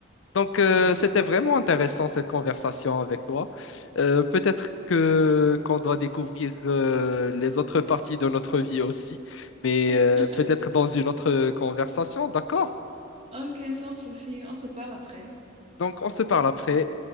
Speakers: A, on the left (about 75°); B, on the right (about 30°).
A: Donc, euh,
B: oui.
A: c'était vraiment intéressant cette conversation avec toi. Euh, peut-être que qu'on doit découvrir euh, les autres parties de notre vie aussi, mais
B: <laughs>
A: euh, peut-être dans une autre conversation, d'accord?
B: Ok, sans souci, on se parle après.
A: Donc, on se parle après.